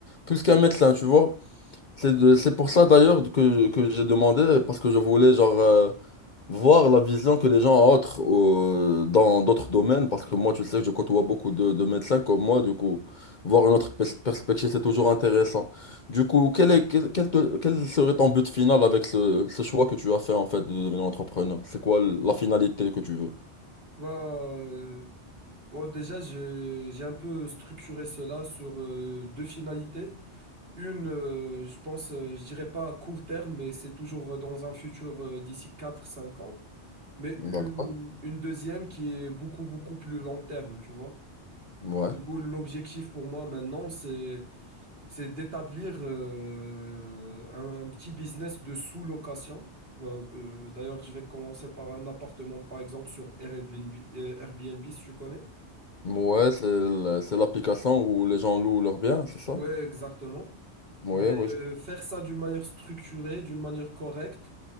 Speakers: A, on the left; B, on the right.
A: plus qu'un médecin, tu vois. C'est de- c'est pour ça d'ailleurs que, que j'ai demandé, parce que je voulais, genre, euh, voir la vision que les gens ont autre- au- dans d'autres domaines, parce que moi, tu sais que je côtoie beaucoup de, de médecins comme moi, du coup, voir une autre pers- perspective, c'est toujours intéressant. Du coup, quel est, quel, quel te- quel serait ton but final avec ce, ce choix que tu as fait, en fait, de devenir entrepreneur? C'est quoi la finalité que tu veux?
B: Bah, euh, bon, déjà, j'ai j'ai un peu structuré cela sur euh, deux finalités. Une, euh, je pense, euh, je dirais pas à court terme, mais c'est toujours euh, dans un futur euh, d'ici quatre cinq ans. Mais une,
A: D'accord.
B: une deuxième qui est beaucoup, beaucoup plus long terme, tu vois.
A: Ouais.
B: Du coup, l'objectif pour moi maintenant, c'est, c'est d'établir euh, un, un petit business de sous-location. Euh, euh, d'ailleurs, je vais commencer par un appartement, par exemple, sur Airbnb, euh, Airbnb, si tu connais.
A: Ouais, c'est l- c'est l'application où les gens louent leurs biens, c'est ça?
B: Ouais, exactement.
A: Oui,
B: Mais
A: oui. je-
B: euh, faire ça d'une manière structurée, d'une manière correcte